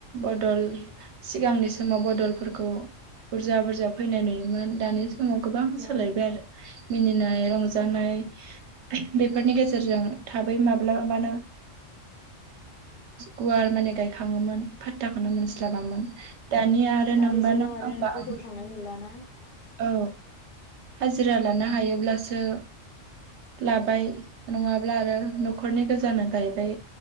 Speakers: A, on the right; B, on the left.
A: बदल सिगांनि समाव बदलफोरखौ बुरजा बुरजा फैनाय नुयोमोन दानि समाव गोबां
B: औ
A: सोलायबाय आरो मिनिनाय रंजानाय
B: उम
A: बेफोरनि गेजेरजों थाबै माब मबा गुवार माने गायखाङोमोन फादथामोना मोन जाबामोन दानिया आरो
B: दानि
A: नोंबा
B: जुगाव
A: नों
B: आरो
A: आंबा
B: बदल
A: आं
B: थांनाय नुलाना
A: औ हाजिरा लानो हायोब्लासो लाबाय नङाब्ला आरो न'खरनि गोजानो गायबाय